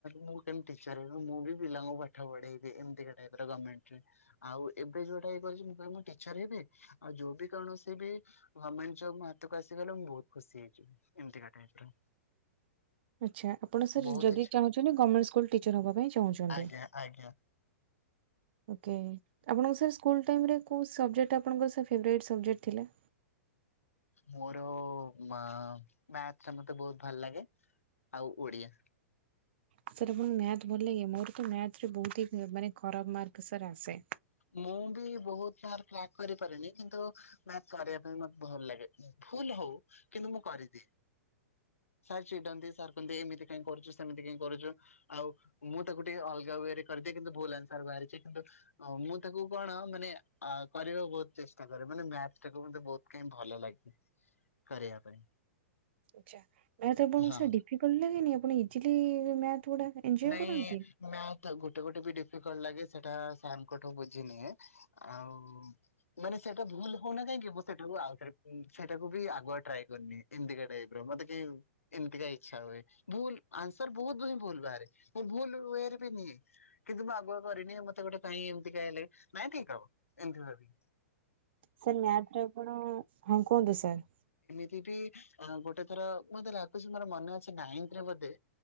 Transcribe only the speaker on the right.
ଆଚ୍ଛା ଆପଣ ସାର୍
ଯଦି
ଚାହୁଁଚନ୍ତି ଗମେଣ୍ଟ ସ୍କୁଲ ଟିଚର ହବା ପାଇଁ ଚାହୁଁଚନ୍ତି?
ଓକେ, ଆପଣଙ୍କୁ ସାର୍ ସ୍କୁଲ୍ ଟାଇମ୍ ରେ କୋଉ ସବଜେକ୍ଟ ଆପଣଙ୍କର ସାର୍ ଫେବରାଇଟି ସବଜେକ୍ଟ ଥିଲା?
ସାର୍ ଆପଣଙ୍କୁ ମ୍ୟାଥ ଭଲଲାଗେ। ମୋର ତ ମ୍ୟାଥରେ ବୋହୁତ ହି ମାନେ ଖରାପ ମାର୍କ ସାର୍ ଆସେ।
ଆଚ୍ଛା ମ୍ୟାଥ ଆପଣଙ୍କୁ
ସେ ଡିଫିକଲଟ ଲାଗେନି ଆପଣ ଇଜିଲି ମ୍ୟାଥ ଗୁଡା ଏଞ୍ଜୟ
କରନ୍ତି?
ସାର୍ ମ୍ୟାଥ ରେ ଆପଣ ହଁ କୁହନ୍ତୁ ସାର୍।